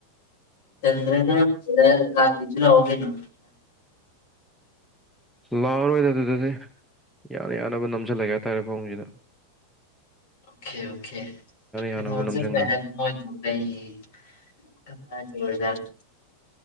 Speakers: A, on the left; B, in the centre.
A: ꯆ꯭ꯔꯒ ꯂꯥꯛꯆ ꯂꯒꯅ
B: ꯂꯥꯛꯑꯔꯣꯏꯗ ꯑꯗꯨꯗꯗꯤ ꯌꯥꯅ ꯌꯥꯅꯕ ꯅꯝꯁꯤꯜꯂꯒꯦ ꯍꯥꯏꯇꯥꯔꯦ ꯐꯧꯁꯤꯗ
A: ꯑꯣꯀꯦ ꯑꯣꯀꯦ
B: ꯌꯥꯅꯕ ꯅꯝꯁꯤꯟꯈ꯭ꯔꯒꯦ
A: ꯀꯩꯅꯣ ꯀ ꯎ